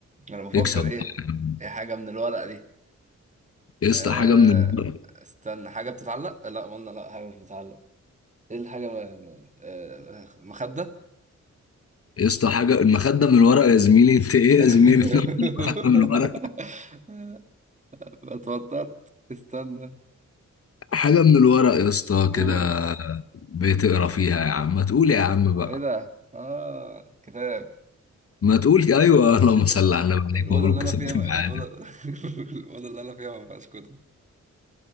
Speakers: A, on the right; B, on the left.
A: انا بفكر
B: اكسب بقى
A: ايه
B: يا عم.
A: ايه حاجة من الورق دي
B: يا
A: آه
B: اسطى حاجة من الورق
A: استنى حاجة بتتعلق لا قلنا لا حاجة مش بتتعلق ايه الحاجة ما- ما- آه مخدة
B: يا اسطى حاجة المخدة من الورق يا زميلي أنت إيه
A: <laughs>
B: يا زميلي <laughs> بتنام المخدة من الورق
A: لا اتوترت استنى
B: حاجة من الورق يا اسطى
A: قول
B: كده بتقرا فيها يا عم ما تقول يا عم بقى
A: ايه ده اه كتاب
B: ما تقول أيوه اللهم
A: الأو-
B: صل على النبي
A: الأوضة
B: عليك مبروك
A: اللي أنا
B: كسبت
A: فيها
B: معانا
A: الأوضة <laughs> الأوضة اللي أنا فيها ما فيهاش كتب